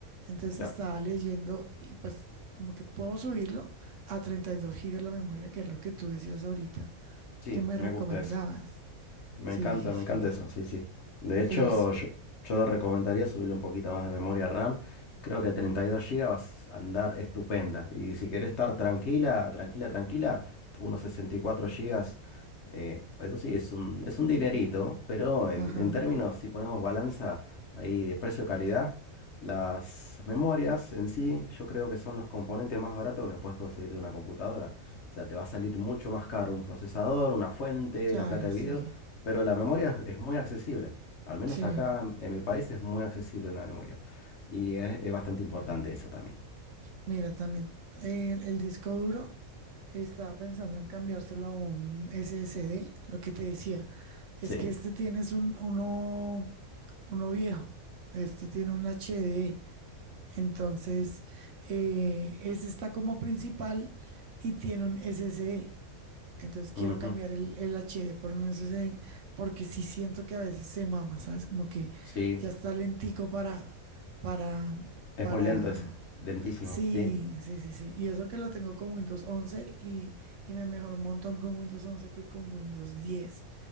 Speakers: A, on the right (about 65°); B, on the left (about 60°).
A: Entonces
B: claro.
A: estaba leyendo y pues como que puedo subirlo a 32 gigas la memoria, que es lo que tú decías ahorita,
B: Sí,
A: que me
B: me
A: recomendabas.
B: gusta eso. Me
A: Sí,
B: encanta,
A: sí, sí.
B: me encanta eso, sí, sí. De hecho,
A: Eso.
B: yo, yo recomendaría subirle un poquito más de memoria RAM. Creo que 32 gigas vas a andar estupenda. Y si querés estar tranquila, tranquila, tranquila, unos 64 GB. eh, eso sí, es un, es un dinerito, pero en,
A: Ajá.
B: en términos, si ponemos balanza ahí de precio-calidad, las memorias en sí, yo creo que son los componentes más baratos que puedes conseguir de una computadora. O sea, te va a salir mucho más caro un procesador, una fuente,
A: Claro,
B: una placa de
A: sí.
B: video pero la memoria es muy accesible. Al menos
A: Sí.
B: acá en, en mi país es muy accesible la memoria. Y es, es bastante importante eso también.
A: Mira, también el, el disco duro estaba pensando en cambiárselo a un SSD. Lo que te decía es
B: Sí.
A: que este tienes un, uno, uno viejo. Este tiene un HD. Entonces, eh, ese está como principal y tiene un SSD. Entonces quiero
B: ujú,
A: cambiar el, el HD por un SSD porque sí siento que a veces se mama, ¿sabes? Como que
B: Sí.
A: ya está lentico para, para, para...
B: Es muy lento ese. Lentísimo.
A: Sí,
B: Sí.
A: sí, sí, sí. Y eso que lo tengo con Windows once y, y me mejoró un montón con Windows 11 que con Windows diez